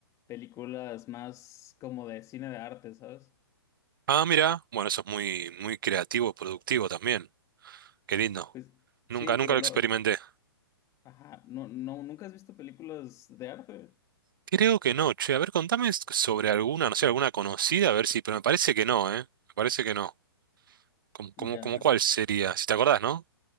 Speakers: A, on the left (about 25°); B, on the right (about 55°).
A: películas más como de cine de arte, ¿sabes?
B: Ah, mira, bueno, eso es muy, muy creativo, productivo también. Qué lindo.
A: Pues
B: Nunca,
A: sí, pero
B: nunca lo
A: lo,
B: experimenté.
A: ajá, no, no, ¿nunca has visto películas de arte?
B: Creo que no, che. A ver, contame s- sobre alguna, no sé, alguna conocida, a ver si, pero me parece que no, ¿eh? Me parece que no. Como, como,
A: Ya.
B: como cuál sería? Si te acordás, ¿no?